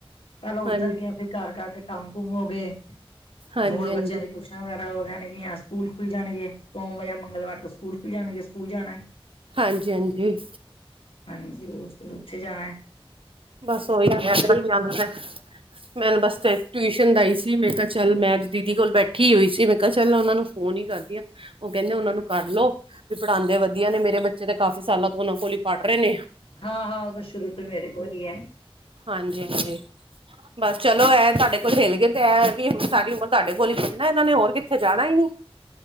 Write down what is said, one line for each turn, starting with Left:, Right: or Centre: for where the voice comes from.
Left: ਪਹਿਲਾਂ
Right: ਹਾਂ
Left: ਉੱਧਰ ਗਿਆ, ਫਿਰ ਘਰ-ਘੁਰਦੇ ਕੰਮ-ਕੁਮ ਹੋ ਗਏ,
Right: ਹਾਂਜੀ
Left: ਹੁਣ
Right: ਹਾਂਜੀ
Left: ਬੱਚਿਆਂ ਦੀ ਟਿਊਸ਼ਨ ਵਗੈਰਾ ਹੋ ਜਾਣਗੀਆਂ, ਸਕੂਲ ਖੁੱਲ ਜਾਣਗੇ ਸੋਮਵਾਰ ਜਾਂ ਮੰਗਲਵਾਰ ਤੋਂ ਸਕੂਲ ਖੁੱਲ ਜਾਣਗੇ, ਸਕੂਲ ਜਾਣਾ।
Right: ਹਾਂਜੀ, ਹਾਂਜੀ।
Left: ਹਾਂਜੀ, ਉਹ ਫਿਰ ਉੱਥੇ ਜਾਣਾ ਐ।
Right: ਬਸ ਓਹੀ <unintelligible> ਮੈਂਨੂੰ ਬਸ ਫਿਰ ਟਿਊਸ਼ਨ ਦਾਈ ਸੀ, ਮੈਂ ਕਿਹਾ, ਚੱਲ ਮੈਂ ਅੱਜ ਦੀਦੀ ਕੋਲ ਬੈਠੀ ਹੋਈ ਸੀ, ਮੈਂ ਕਿਹਾ, ਚੱਲ ਉਹਨਾਂ ਨੂੰ ਉਹ ਨੀ ਕਰਦੀਆ, ਉਹ ਕਹਿੰਦੇ ਉਹਨਾਂ ਨੂੰ ਕਰ ਲਓ। ਵੀ ਪੜ੍ਹਾਉਦੇ ਵਧੀਆ ਨੇ, ਮੇਰੇ ਬੱਚੇ ਤਾਂ ਕਾਫੀ ਸਾਲਾਂ ਤੋਂ ਉਹਨਾਂ ਕੋਲੀ ਈ ਪੜ੍ਹ ਰਹੇ ਨੇ।
Left: ਹਾਂ-ਹਾਂ, ਉਹ ਤਾਂ ਸ਼ੁਰੂ ਤੋਂ ਮੇਰੇ ਕੋਲ ਈ ਏ।
Right: ਹਾਂਜੀ-ਹਾਂਜੀ। ਬਸ, ਚਲੋ ਐ ਤੁਹਾਡੇ ਕੋਲ ਹਿਲ ਗਏ, ਤੇ ਐ ਵੀ ਹੁਣ ਸਾਰੀ ਉਮਰ ਤੁਹਾਡੇ ਕੋਲ ਹੀ ਪੜ੍ਹਨਾ ਇਹਨਾਂ ਨੇ, ਹੋਰ ਕਿੱਥੇ ਜਾਣਾ ਹੀ ਨੀ।